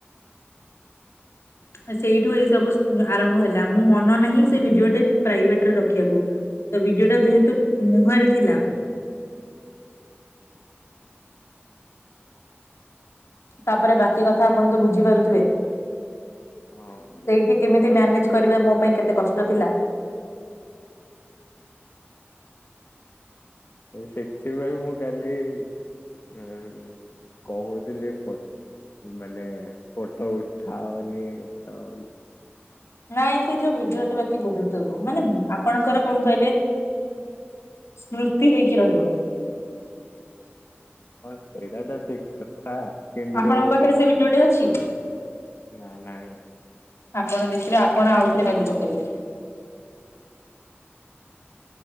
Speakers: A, on the left; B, on the left.
A: ଆ ସେଇଠୁ ଏଇ ସବୁ ଆରମ୍ଭ ହେଲା ମୁଁ ମନ ନାହିଁ ସେ ଭିଡିଓ ପ୍ରାଇଭେଟରେ ରଖିବାକୁ। ତ ଭିଡିଓ ଟା ଯେହେତୁ ମୁହଁରେ ଥିଲା। ତାପରେ ବାକି କଥା ଆପଣ ତ ବୁଝିପାରୁଥିବେ।
B: ହଁ ବୁଝୁଛି।
A: ସେଇଠି କେମିତି ମ୍ୟାନେଜ କରିବା ମୋ ପାଇଁ କେତେ କଷ୍ଟ ଥିଲା।
B: ସେଥିପାଇ ମୁଁ କାଲି ଉ କହୁଥିଲି ଫଟ ମାନେ ଫୋଟୋ ଉଠାଉନି ଉଠାଉନି।
A: ନାଇଁ ସେ ଯୋଉ ଭିଡିଓଟା ବାକି ବହୁତ ମାନେ ଆପଣଙ୍କର କଣ କହିଲେ ସ୍ମୃତି। ହେଇକି ରହିବ।
B: ହଁ ସେଇଟା ତ ଠିକ କଥା। କିନ୍ତୁ
A: ଆପଣଙ୍କ ପାଖରେ ସେ ଭିଡିଓଟି ଅଛି
B: ନା ନାହିଁ।
A: ଆପଣ ଦେଖିବେ ଆପଣ ଆଉଥରେ କାନ୍ଦି ପକେଇବେ।